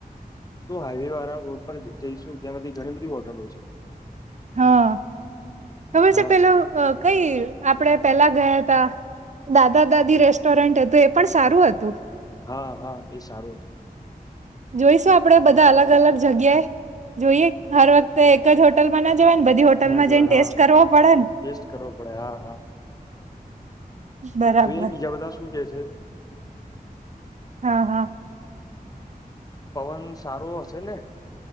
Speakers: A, on the left (about 25°); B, on the right (about 50°).
A: તું હાઈવે વાળા રોડ પર જઈશુ જેમાંથી ઘણી બધી હોટલો છે.
B: હા ખબર છે
A: હા
B: પેલું કઈ. આપડે પેલા ગયા તા દાદા દાદી રેસ્ટોરન્ટ હતું એ પણ સારું હતું.
A: હા હા એ સારું હતું.
B: જોઈશું આપડે બધા અલગ અલગ જગ્યાએ જોઈએ હર વખતે એક જ હોટલમાં ના જવાય ન બધી હોટલમાં
A: ના જવાય
B: જઈન ટેસ્ટ
A: હા
B: કરવો પડે ને.
A: ટેસ્ટ કરવો પડે હા હા
B: બરાબર
A: જોઈએ બીજા બધા શું કે છે.
B: હા હા
A: પવન સારો હશે ને?